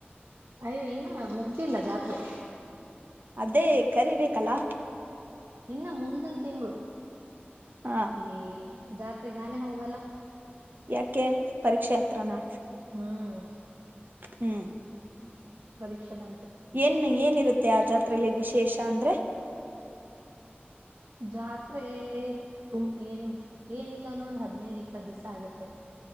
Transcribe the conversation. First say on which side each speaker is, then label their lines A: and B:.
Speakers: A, on the right (about 80°); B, on the right (about 50°).
A: ಅಯ್ಯೋ ಇನ್ನ ಮುಗ್ದಿಲ್ಲ ಜಾತ್ರೆ
B: ಅದೇ ಕರಿಬೇಕಲ್ಲಾ
A: ಇನ್ನು ಮುಂದನ್ ತಿಂಗಳು
B: ಹಾ
A: ಈ ಜಾತ್ ಸಿಗಾನೆ ಹೋಗೋಗಲ್ಲಾ
B: ಯಕೆ ಪರೀಕ್ಷೆ ಯತ್ರನಾ
A: ಹ್ಮ್
B: ಹ್ಮ್
A: ಪರೀಕ್ಷೆ ಬ
B: ಏನ್ ಏನಿರುತ್ತೆ ಮತ್ತೆ ಆ ಜಾತ್ರೆಯಲ್ಲಿ ವಿಶೇಷ ಅಂದ್ರೆ
A: ಜಾತ್ರೆ ತು ಏನು ಏನಿಲ್ಲಾನೋ ಒಂದ್ ಹದ್ನೈದು್ ಇಪ್ಪತ್ ದಿವ್ಸ ಆಗತ್ತೆ